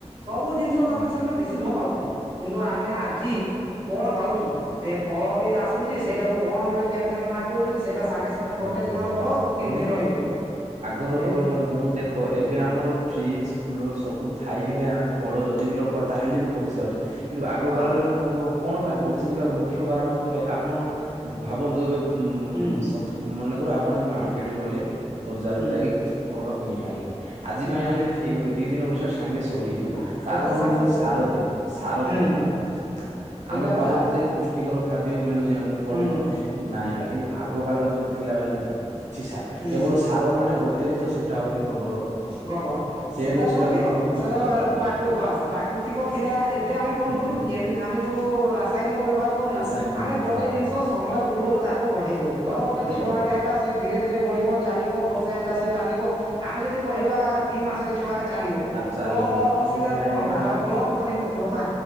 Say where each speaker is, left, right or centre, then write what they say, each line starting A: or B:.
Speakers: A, on the right; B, on the right.
A: ସବୁ ଜିନିଷ ତ
B: ହୁଁ
A: ଆମେ ସେମାନେ ବିଶୁଦ୍ଧ ପାଉଥିଲେ କିନ୍ତୁ ଆମେ ଆଜି କଣ ପାଉଚୁ ସେ ଫଳ ବି ଆସୁଚି ସେଇଟାକୁ କଣ ଗୋଟେ କେମିକାଲ ମାରି ଦଉଚନ୍ତି ସେଇଟା ସାଙ୍ଗେ ସାଙ୍ଗେ
B: ାଗ
A: ଗୋଟେ ଦିନର
B: ଭାଇ
A: ଫଳ ତିନି
B: ମାନେ
A: ଦିନ ରହିଯାଉଛି
B: ଆଗର
A: ଏମିତି
B: ଭାଇ ଦେଖ ଏବେ ଏବେ ଆମର ଫ୍ରିଜ୍ କୁଲର ସବୁ ଥାଇକି ଭାଇ ଆମେ ଫଳ ଯଦି ବି ରଖିବା ତାହେଲେ ବି ପଚି ଯାଉଚି କିନ୍ତୁ ଆଗ
A: ହଁ
B: କାଳରେ କଣ କଣ ପାଇଁ ବଚିଯିବାର ମୁଖ୍ୟ କାରଣ ହଉଚି ଭାଇ ଆପଣ ଭାବନ୍ତୁ ଏବେ ଉଁ
A: ହୁଁ
B: ସବୁ ମନେକୁ ଆପଣ ମାର୍କେଟ ଗଲେ ବଜାରକୁ
A: ହୁଁ
B: ଯାଇକି କିଛି ଫଳ କିଣିକି ଆଣିଲେ ଆଜି
A: ହୁଁ
B: ପାଇଁ ଆଣିଲ ଠିକ୍ ଅଛି ଦି ଦିନ ପରେ ସେ ସାଙ୍ଗେ ସଢଯିବ
A: ନା ସେଇଟା
B: କାରଣ
A: ତ
B: ହଉଚି
A: ସାଙ୍ଗେ ସାଙ୍ଗେ
B: ସାରଦିଆ
A: ଦଉଛି
B: ସାରଦିଆ
A: ହୁଁ
B: ଖାଦ୍ୟା
A: ସେଇଟା
B: ଆମେ ଭାବୁଚୁ
A: ପରା
B: ଯେ ପୁଷ୍ଟିକର ଖାଦ୍ୟ ମିଳୁଚି ଆମକୁ ଫଳମୂଳ
A: ହୁଁ
B: ନାଇଁ ଭାଇ କିନ୍ତୁ ଆଗ କାଳର ଯୋ ଥିଲା ଭାଇ କିଛି ସାର
A: ହୁଁ
B: କେବଳ ସାର ମାନେ ଗୋଟେ ଜିନିଷ ସେଟା ହଉଚି ଗୋବର ଖତ
A: ଗୋବର
B: ସେ
A: ସେଟା
B: ଜିନିଷ
A: କଣ
B: ଟାକୁ
A: କି
B: ହିଁ
A: ଓ
B: ମୁଖ୍ୟ
A: ସେରା
B: ସାର ଭାବରେ
A: ପ୍ରାକୃ ବାସ୍ ପ୍ରାକୃତିକ ଥିଲା ଏବେ ଆମେ କଣ
B: ହୁଁ
A: କଣ ଯୋଉ କେମିକାଲ ଆମେ ଯୋଉ ରାସାୟନି କ ବ୍ୟବହାର କରୁଚୁ
B: ରାସାୟନିକ
A: ଆମେ ଗୋଟେ
B: ସାର
A: ଜିନିଷ ସମୟ ପୂର୍ବରୁ ତାକୁ ବଢେଇ ଦଉଚୁ। ଯେ ଧର ଗୋଟେ
B: ବଢିଆ
A: ଛୁଆଟେ ହେଲା ସେ ଧୀରେ ଧୀରେ ବଢ଼ିବ ଚାଲିବ ବର୍ଷେ ହେଲା ସେ ଚାଲିବ ଆମେ ଯଦି କିମ୍ବା ଦି ମାସରେ ଛୁଆଟା ଚାଲିବ
B: ଚାଲୁ
A: ତ ଅ
B: ତାହେଲେ
A: ଅସୁବିଧା
B: ଭାଇ
A: କଣ ହବ
B: ମାନେ
A: ତାର ଗ୍ରୋଥ୍ ତ ହେଇନଥିବ ନା।